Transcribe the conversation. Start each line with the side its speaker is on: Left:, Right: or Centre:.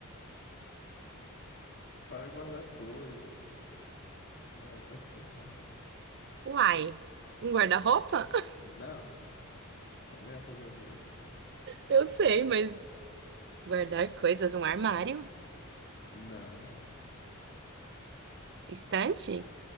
Left: para guardar coisas. Vai, pode pensar.
Right: Uai, um guarda-roupa? <laughs>
Left: Não, eu não ia fazer o mesmo.
Right: Eu sei, mas guardar coisas, um armário?
Left: Não,
Right: Estante?